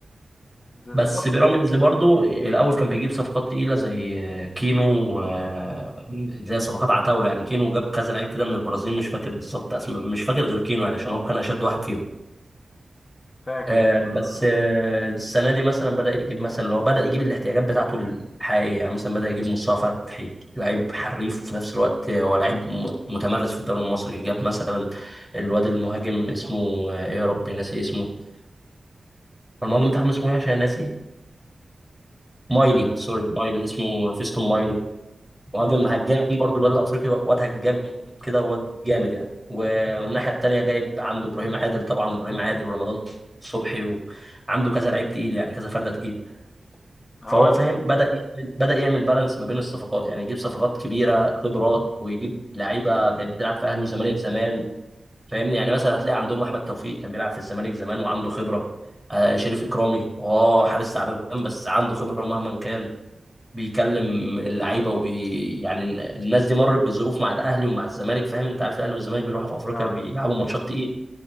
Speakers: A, on the left; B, in the centre.
A: بالظبط
B: بس بيراميدز برضو الأول كان بيجيب صفقات تقيلة زي كينو و- زي صفقات عتاولة يعني كينو جاب كذا لعيب كده من البرازيل مش فاكر بالظبط اسمه مش فاكر غير كينو يعني عشان هو كان أشد واحد فيهم
A: فاكر
B: آه،
A: كده
B: بس آه، السنة دي مثلا بدأ يجيب مثلا اللي هو بدأ يجيب الاحتياجات بتاعته الحقيقية يعني مثلا بدأ يجيب مصطفى فتحي لعيب حريف في نفس الوقت آه، هو لعيب م- متمرس في الدوري المصري جاب مثلا الواد المهاجم اسمه آه، يا ربي ناسي اسمه المهاجم بتاعهم اسمه ايه عشان ناسي مايلي
A: اه
B: سوري مايلي اسمه فيستون مايلي مهاجم
A: آه.
B: هجام برضو الواد الافريقي واد هجام كده واد جامد يعني و- والناحيه التانيه جايب عنده ابراهيم عادل طبعا ابراهيم عادل ورمضان صبحي وعنده كذا لعيب تقيل يعني كذا فرده تقيل
A: هو
B: فهو
A: ال-
B: فاهم بدا يعمل بدا يعمل بالانس ما بين الصفقات يعني يجيب صفقات كبيره خبرات ويجيب لعيبه كانت بتلعب في اهلي والزمالك زمان فاهمني يعني مثلا هتلاقي عندهم احمد توفيق كان بيلعب في الزمالك زمان وعنده خبره آه شريف اكرامي اه حارس تعبان بس عنده خبره مهما كان بيكلم اللعيبه وبي يعني الناس دي مرت بظروف مع الاهلي ومع الزمالك فاهم انت عارف الاهلي والزمالك بيروحوا في افريقيا
A: اه
B: بيلعبوا ماتشات تقيل